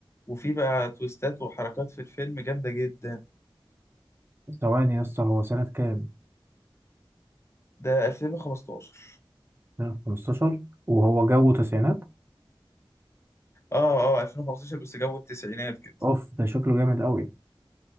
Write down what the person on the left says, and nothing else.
وفي بقى تويستات وحركات في الفيلم جامدة جدا
ده 2015
اه اه 2015 بس جو التسعينات كده